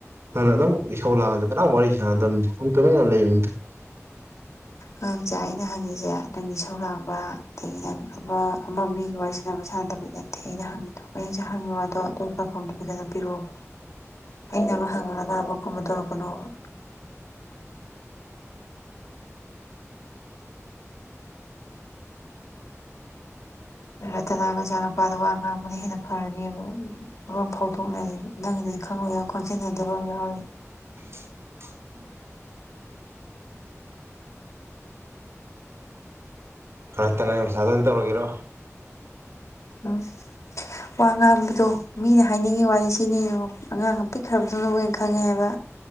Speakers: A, on the right (about 55°); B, on the left (about 75°).
A: ꯅꯪꯅ ꯑꯗꯨꯝ ꯏꯁꯧ ꯂꯥꯛꯑꯁꯨ ꯀꯅꯥꯝ ꯋꯥꯔꯤ ꯁꯥꯟꯅꯗꯝꯅꯦ ꯑꯗꯨꯝ ꯂꯩꯕꯅꯤꯗ
B: ꯑꯉꯥꯡꯁꯦ ꯑꯩꯅ ꯍꯪꯉꯤꯁꯦ ꯅꯪꯅ ꯏꯁꯧꯔꯥꯡꯕ ꯑꯗꯒꯤ ꯅꯪ ꯑꯃ ꯑꯃ ꯃꯤꯒ ꯋꯥꯔꯤ ꯁꯥꯟꯅꯕ ꯁꯥꯟꯗ ꯅꯠꯇꯦ ꯑꯩꯅ ꯍꯪꯉꯤꯗꯣ ꯑꯩꯁꯥꯏ ꯍꯪꯉꯤꯕ ꯋꯥꯗꯣ ꯄꯈꯨꯝ ꯐꯖꯅ ꯄꯤꯔꯛꯑꯣꯕ ꯑꯩꯅ ꯑꯃ ꯍꯪꯉꯛꯑꯒꯥ ꯑꯃ ꯀꯨꯝꯃꯗꯣ ꯇꯧꯔꯛꯀꯅꯣꯕ ꯔꯇꯅꯥ ꯃꯆꯥꯅꯨꯄꯥꯗ ꯋꯥ ꯉꯥꯡꯕꯅ ꯍꯦꯟꯅ ꯐꯔꯅꯦꯕ ꯂꯣꯟ ꯐꯥꯎꯊꯣꯛꯅꯗꯦ ꯅꯪꯒꯤ ꯗꯤ ꯈꯪꯉꯨ ꯌꯥꯝ ꯀꯣꯟꯁꯤꯟꯅꯗꯕ ꯑꯃ ꯌꯥꯎꯔꯤ
A: <inaudible> ꯔꯇꯅꯥꯏ ꯃꯆꯗ ꯑꯗꯨꯝ ꯇꯧꯔꯒꯤꯔꯣ
B: ꯎꯝ ꯋꯥ ꯉꯥꯡꯕꯗꯣ ꯃꯤꯅ ꯍꯥꯏꯅꯤꯡꯉꯤ ꯋꯥꯁꯦ ꯁꯤꯅꯤꯣ ꯑꯉꯥꯡ ꯑꯃ ꯄꯤꯛꯈ꯭ꯔꯕꯗꯨ ꯂꯧꯋꯦꯅ ꯈꯪꯉꯦꯕ